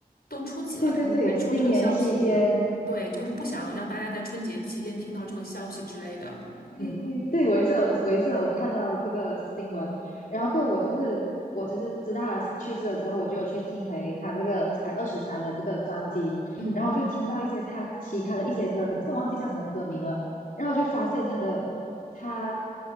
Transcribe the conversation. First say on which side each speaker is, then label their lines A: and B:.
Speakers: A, on the left; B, on the left.
A: 都初几了，
B: 对对对，
A: 他们才出这个消息，
B: 新年期间
A: 对，就是不想让大家在春节期间听到这个消息之类的，
B: 诶对，
A: 嗯
B: 我也是有，我也是有看到这个新闻，然后过后我就是我就是知道他去世了之后，我就有去听回他这个才二十三的这个专辑，
A: 嗯，
B: 然后我就听到一些他其他的一些歌，可是我忘记叫什么歌名了，然后我就发现他的他